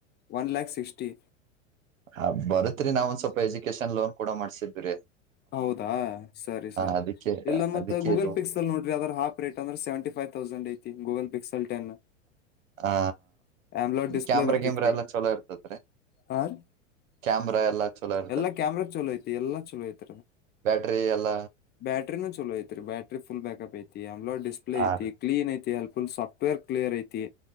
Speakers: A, on the left; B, on the right.
A: ಒನ್ ಲ್ಯಾಕ್ ಸಿಕ್ಸ್ಟಿ
B: ಹ ಬರತ್ರಿ ನಾವ ಒಂದ್ ಸ್ವಲ್ಪ ಎಜುಕೇಶನ್ ಲೋನ್ ಕೂಡ ಮಾಡ್ಸಿದ್ ರಿ
A: ಹೌದಾ ಸರಿ ಸರಿ
B: ಅದಕ್ಕೆ
A: ಇಲ್ಲ ಮತ್ತೆ
B: ಅದಕ್ಕೆ
A: ಗೂಗಲ್
B: ಇದು
A: ಪಿಕ್ಸ್ ಅಲ್ಲಿ ನೋಡ್ರಿ ಅದ ಹಾಫ ರೇಟ್ ಅಂದ್ರೆ ಸೆವೆಂಟಿ ಫೈವ್ ತೌಸಂಡ್ ಐತಿ ಗೂಗಲ್ ಪಿಕ್ಸಲ್ ಟನ್
B: ಆ
A: ಆಂಬ್ಲಯಡ್ ಡಿಸ್ಪ್ಲೇ
B: ಕ್ಯಾಮ್ರಾ
A: ಬರ್ತತ್ರಿ
B: ಗಿಮ್ರಾ ಎಲ್ಲ ಚಲೋ ಇರ್ತತ್ರಿ
A: ಹ ರೀ
B: ಕ್ಯಾಮ್ರಾ ಎಲ್ಲಾ ಚಲೋ ಇರ್ತದ
A: ಎಲ್ಲಾ ಕ್ಯಾಮ್ರಾಗ ಚಲೋ ಐತಿ ಎಲ್ಲಾ ಚಲೋ ಐತ
B: ಬ್ಯಾಟ್ರಿ ಎಲ್ಲ
A: ಬ್ಯಾಟ್ರ ನನು ಚಲೋ ಐತ್ರಿ ಬ್ಯಾಟ್ರನೂ ಚಲೋ ಬ್ಯಾಕ್ಪ್ ಐತಿ ಅಮ್ಡ್ ಡಿಸ್ಪ್ಲ
B: ಹಾ
A: ಐ
B: ರೀ
A: ಕ್ಲೀನ್ ಐತಿ ಹೆಲ್ಪ್ಫುಲ್ ಸಾಫ್ಟ್ವೇರ್ ಕ್ಲಿಯರ್ ಐತಿ